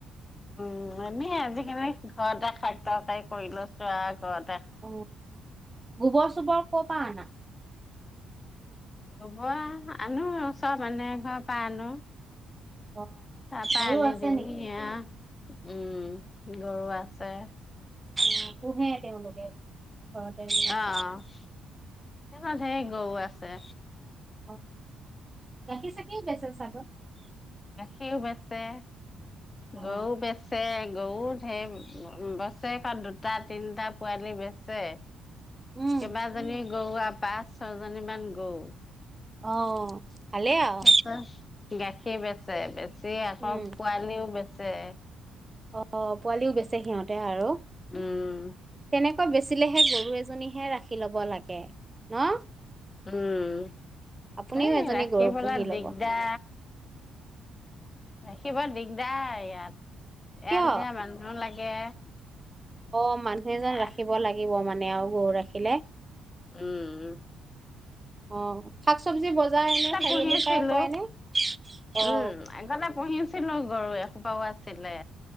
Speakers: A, on the left (about 30°); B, on the right (about 20°).
A: উম, আমি আজিকালি ঘৰতে শাক-তৰকাৰী কৰি লৈছোঁ আও ঘৰত
B: অ গোবৰ-চোবৰ কৰ পা আনা?
A: গোবৰ আনো আও চব মানুহৰ ঘৰৰ পা আনো।
B: অ
A: তাৰ
B: গৰু
A: পা আনি
B: আছে
A: দেউহি
B: নেকি?
A: আ উম গৰু আছে।
B: উম পোহে তেওঁলোকে। ঘৰতে গৰু।
A: অ সিহঁতৰ ধেৰ গৰু আছে।
B: অ গাখীৰ-চাখীৰ বেচে ছাগে।
A: সিওঁ বেচে।
B: অ'।
A: গৰু বেচে গৰুত ধেৰ বছেৰেকত দুটা, তিনিটা পোৱালি বেচে।
B: উম,
A: কেইবাজনী গৰু আও পাঁচ ছয়জনী মান গৰু।
B: অ ভালেই আৰু
A: ছয়টা গাই কে বেচে বেছ চে আকৌ
B: উম,
A: পোৱালিও বেছি যে,
B: অ পোৱালিও বেছে সিহঁতে আৰু
A: উম
B: তেনেক আকৌ বেচিলেহে গৰু এজনীহে ৰাখি ল'ব লাগে ন
A: উম
B: আপুনিও
A: এই
B: এজনী
A: ৰাখিবলৈ
B: গৰু পুহি ল'ব,
A: দিগদা ৰাখিব দিগদাৰ ইয়াত
B: কিয়
A: এৰাল দিয়া মানুহ লাগে
B: অ মানুহ এজন
A: আহ
B: ৰাখিব লাগিব মান মানে আৰু গৰু ৰাখিলে
A: উম উ
B: অ শাক চব্জি বজাইনে খাৰিআলিৰ
A: পুহিছিলো
B: পৰাই কয় ন অ
A: উম আগতে পুহিছিলো গৰু এসোপাও আছিলে